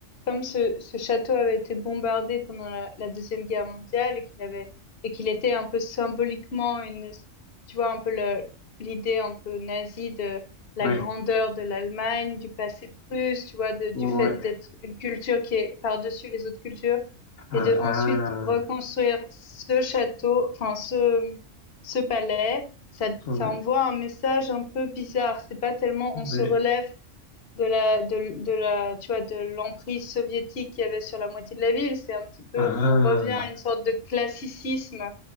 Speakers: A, on the left; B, on the left.
A: comme ce, ce château avait été bombardé pendant la, la Deuxième Guerre mondiale et qu'il avait, et qu'il était un peu symboliquement une, tu vois, un peu le- l'idée un peu nazie de la
B: Ouais,
A: grandeur de l'Allemagne, du passé prusse, tu vois, de- du
B: ouais,
A: fait d'être une culture qui est par-dessus les autres cultures
B: ah,
A: et de ensuite
B: ah,
A: reconstruire ce château, enfin, ce, ce palais. Ça,
B: ouais,
A: ça envoie un message un peu bizarre. C'est pas tellement on se
B: ouais,
A: relève de la de de la tu vois de l'emprise soviétique qu'il y avait sur la moitié de la ville c'est un petit peu
B: ah, ah.
A: on revient à une sorte de classicisme